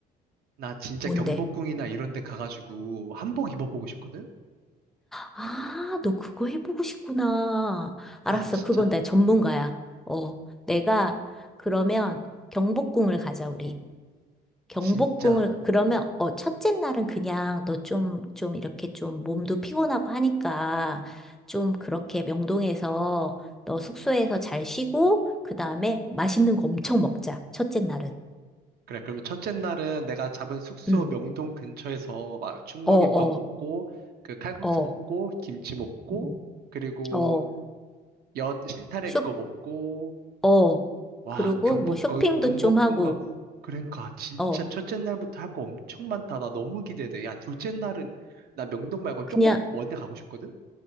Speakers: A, on the right (about 65°); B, in the centre.
A: 나 진짜
B: 뭔데?
A: 경복궁이나 이런 데 가가지고 한복 입어보고 싶거든?
B: 아, 너 그거 해보고 싶구나. 알았어,
A: 나 진짜,
B: 그건 내 전문가야. 어, 내가, 그러면 경복궁을 가자, 우리. 경복궁을
A: 진짜.
B: 그러면 어 첫째 날은 그냥 너 좀 좀 이렇게 좀 몸도 피곤하고 하니까 좀 그렇게 명동에서 너 숙소에서 잘 쉬고 그다음에 맛있는 거 엄청 먹자. 첫째 날은.
A: 그래, 그러면 첫째 날은 내가 잡은 숙소
B: 음.
A: 명동 근처에서 막 충무김밥
B: 어, 어,
A: 먹고, 그 칼국수
B: 어.
A: 먹고, 김치 먹고,
B: 음.
A: 그리고
B: 어.
A: 엿 실타래
B: 쇼
A: 그거 먹고,
B: 어.
A: 와,
B: 그리고
A: 경복,
B: 뭐 쇼핑도
A: 거- 경복궁
B: 좀 하고
A: 가고. 그러니까 진짜
B: 어.
A: 첫째 날부터 할 거 엄청 많다. 나 너무 기대돼. 야, 둘째 날은 나 명동 말고 조금
B: 그냥
A: 먼데 가고 싶거든?